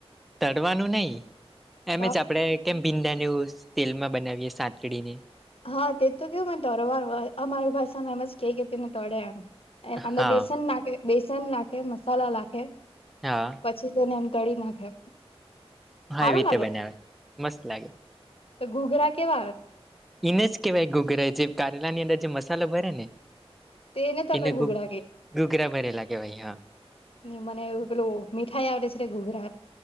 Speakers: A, in the centre; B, on the left.
A: તડવાનું નય એમ
B: તો
A: જ આપણે કેમ ભીંડા તેલમાં બનાવીયે સાતડીને
B: હા તે તો કેવું મને તરવાર અમારી ભાષામાં એમ જ કઈ તેને તડે એમ એ અંદર
A: હા
B: બેસન નાખે બેસન નાખે મસલા નાખે
A: હા.
B: પછી તેને એમ તળી નાખે
A: હા
B: હારું
A: એવી રીતે
B: લાગે
A: બનાવે મસ્ત લાગે
B: તો ઘૂઘરા કેવા આવે
A: એને જ કેવાય ઘૂઘરા જે કારેલા ની અંદર જે મસાલો ભરે ને
B: તેને તમે
A: એને
B: ઘૂઘરા કે
A: ઘૂઘરા ભરેલા કેવાય અહીંયા.
B: મને એવુ પેલું મીઠાઈ આવ તે છે એટલે ઘુઘરા